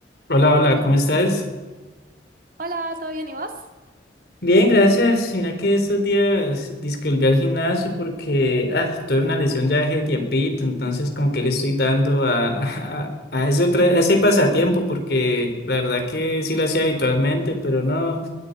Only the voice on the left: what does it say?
Hola, hola, ¿cómo estás?
Bien, gracias. Mira que estos días dizque volví al gimnasio porque ah, tuve una lesión ya hace tiempito, entonces como que le estoy dando a, <laughs> a, a ese otra- a ese pasatiempo porque la verdad que sí lo hacía habitualmente, pero no,